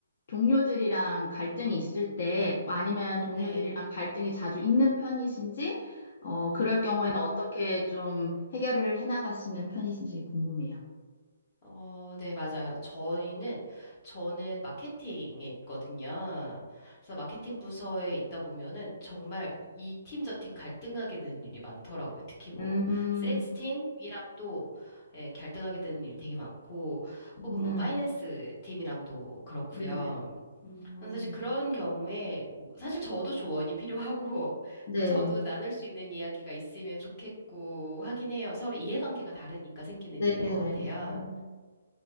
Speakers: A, on the left; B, on the left.
A: 동료들이랑 갈등이
B: 음,
A: 있을 때, 아니면 동료들이랑
B: 네,
A: 갈등이 자주 있는 편이신지, 어, 그럴
B: 음,
A: 경우에는 어떻게 좀 해결을 해나가시는 편이신지 궁금해요.
B: 어, 네, 맞아요. 저희는, 저는 마케팅에 있거든요. 그래서 마케팅 부서에 있다 보면은 정말 이 팀 저 팀 갈등하게 되는 일이 많더라고요. 특히 뭐,
A: 음,
B: 세일스 팀이랑도 예, 갈등하게 되는 일이 되게 많고,
A: 음.
B: 혹은 뭐, 파이낸스 팀이랑도 그렇고요.
A: 네네. 음,
B: 저는 사실 그런 경우에 뭐 사실 저도 조언이 필요하고 <laughs>
A: 네.
B: 뭐 저도 나눌 수 있는 이야기가 있으면 좋겠고 하긴 해요. 서로 이해관계가 다르니까 생기는
A: 네네.
B: 일인 것 같아요.
A: 음,